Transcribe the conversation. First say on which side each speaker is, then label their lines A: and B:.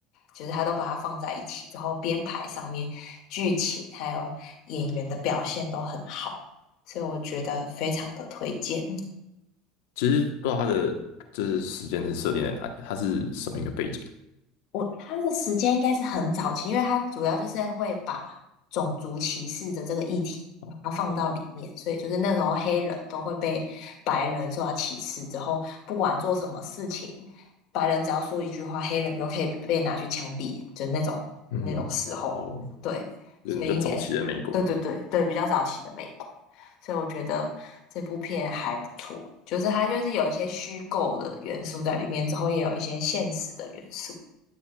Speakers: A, on the left; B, on the left.
A: 就是他都把它放在一起之后，编排上面、剧情还有演员的表现都很好，所以我觉得非常的推荐。
B: 其实不知道他的就是时间是设定在哪里，他是什么一个背景
A: 我他的时间应该是很早期，因为他主要就是会把种族歧视的这个议题把它放到里面，
B: 啊？
A: 所以就是那时候黑人都会被白人受到歧视，之后不管做什么事情，白人只要说一句话，黑人就可以被被拿去枪毙，就那种那种时候，
B: 嗯，哦，
A: 对，
B: 人是比较早期的美国啊，
A: 所以应该对对对对，比较早期的美国，所以我觉得这部片还不错，就是它就是有一些虚构的元素在里面，之后也有一些现实的元素。